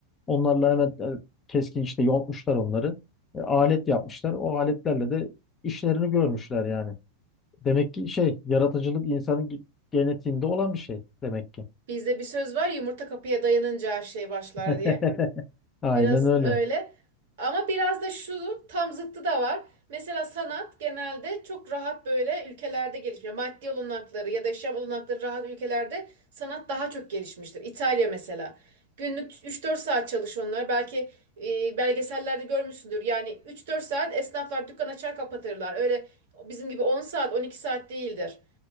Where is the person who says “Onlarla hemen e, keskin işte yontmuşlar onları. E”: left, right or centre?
Left